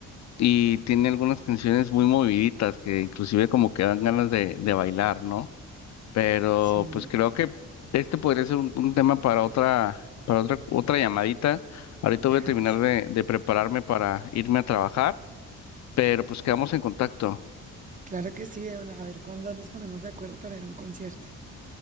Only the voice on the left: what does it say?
y tiene algunas canciones muy moviditas que inclusive como que dan ganas de, de bailar, ¿no? Pero
pues creo que este podría ser un, un tema para otra, para otra, otra llamadita. Ahorita
voy a terminar
de, de prepararme para irme a trabajar, pero pues quedamos en contacto.